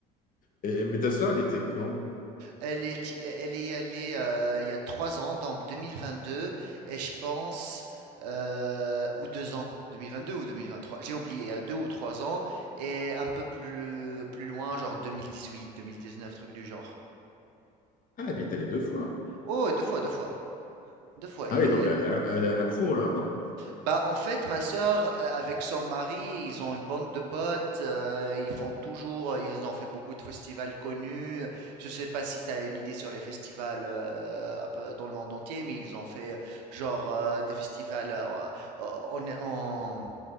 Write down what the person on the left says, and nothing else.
Et, mais ta sœur, elle était quand?
Ah, elle y est allée deux fois.
Ah
oui, donc elle est, elle est accro, là, non?